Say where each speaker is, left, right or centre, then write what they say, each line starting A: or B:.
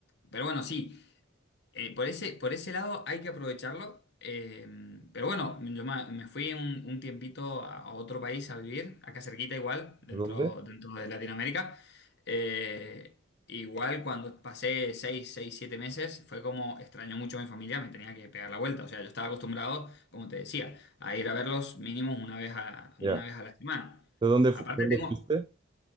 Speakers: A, on the left; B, on the right.
A: pero bueno, sí. Eh, por ese, por ese lado hay que aprovecharlo. eh, pero bueno, yo me, me fui un, un tiempito a, a otro país a vivir, acá cerquita igual, dentro,
B: ¿Dónde?
A: dentro de Latinoamérica. Eh, igual cuando pasé seis seis 7 meses, fue como extraño mucho a mi familia, me tenía que pegar la vuelta. O sea, yo estaba acostumbrado, como te decía, a ir a verlos mínimo una vez a,
B: Ya.
A: una vez a la semana.
B: ¿De dónde, fu-
A: Aparte
B: dónde
A: tengo...
B: fuiste?